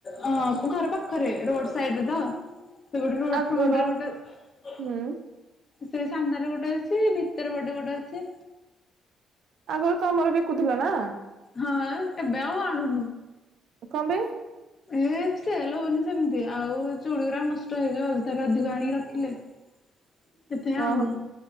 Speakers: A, on the left; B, on the right.
A: ହଁ ଘର ପାଖରେ ରୋଡ ସାଇଡରେ ତ ସେ ଗୋଟେ ରୋଡ
B: ଆଗର
A: ଫଣ୍ଟ ଗୋଟେ
B: ହୁଁ
A: ସେ ସାମ୍ନାରେ ଗୋଟେ ଅଛି। କେତର ବଟେ ଗୋଟେ ଅଛି।
B: ଆଗରୁ ତମର ବିକୁଥିଲା ନା
A: ହଁ ଏ ବଉ ଆଣୁୁ
B: କଣ ପାଇଁ?
A: ଏ ସେଲ ହଉନି ସେମିତି ଆଉ ଚୁଡଗା ନଷ୍ଟ ହେଇଯିବ ଅଥାରେ ଅଧିକ ଆଣିକି ରଖିଲେ କେଥେ ଆଉ
B: ଓହୋ